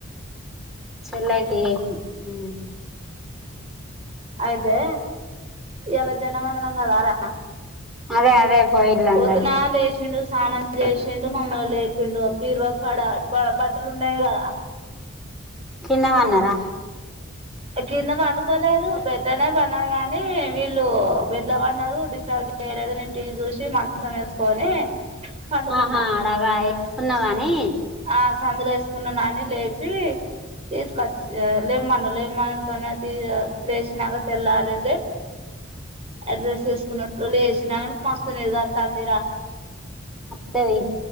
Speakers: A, in the centre; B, on the right.
A: సెల్ అయితే ఏకు మ్
B: అయితే ఇయ్యాలా, జెండా వందనం గదార
A: అదే అదే పోయిళ్ళు అందరూ
B: పొద్దునా లేషిండు. స్నానం చేసిండు, మమ్మల్ని లేపిండు, బీరువా కాడ బట్టలు ఉన్నాయి. కదా!
A: కింద పన్నారా?
B: కింద పండుకోలేదు. బెడ్డనే పనరు కాగానీ, వీళ్ళు బెడ్లపన్నారు. డిస్టబ్ ఎరజ ఇంటి చూసి, మంచం వేసుకొని. పండుకున్నా
A: ఆహా అడబా ఎసుకున్నావని.
B: అసందుల ఎసుకున్నాడే, లేపి తీసుకొచ్చ లెమ్మనా లె మంచ మీది లేసినాక తెల్లారింది. అడ్రస్ ఎసుకున్నపడు లేసిన గాని, మస్తునిద్రస్తుందిరా.
A: అత్తది